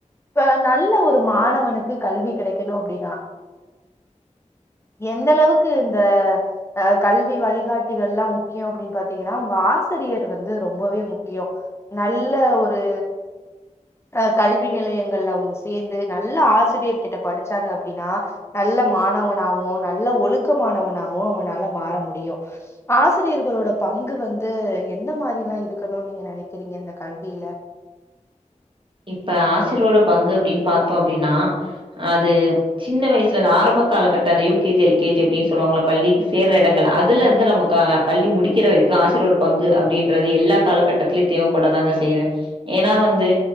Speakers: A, on the left; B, on the right.
A: இப்ப நல்ல ஒரு மாணவனுக்கு கல்வி கெடைக்கணு அப்டின்னா எந்த அளவுக்கு இந்த அஹ் கல்வி வழிகாட்டிகள்லா முக்கியொ அப்டின்னு பாத்தீங்கன்னா உங்க ஆசிரியர் வந்து ரொம்பவே முக்கியொ நல்ல ஒரு அஹ் கல்வி நிலையங்கள்ல அவங்க சேந்து நல்ல ஆசிரியர் கிட்ட படிச்சாங்க அப்டின்னா நல்ல மாணவனாவு நல்ல ஒழுக்கமானவனாவு அவனால மாற முடியு ஆசிரியர்களோட பங்கு வந்து எந்த மாரிலா இருக்கணு நீங்க நெனைக்கிறீங்க இந்த கல்வில
B: இப்ப ஆசியரோட பங்கு அப்டின்னு பாத்தோ அப்டின்னா அது சின்ன வய சுல அந்த ஆரம்ப காலகட்ட அந்த U K G L K G அப்படின்னு சொல்லுவாங்கள்ல பள்ளி சேர்ற இடங்கள் அது அதுல இருந்து நமக்கு ஆஹ் பள்ளி முடிக்கிற வரைக்கு ஆசிரொட பங்கு அப்டின்றது எல்லா காலகட்டத்திலயு தேவப்படாதாங்க செய்து ஏன்னா வந்து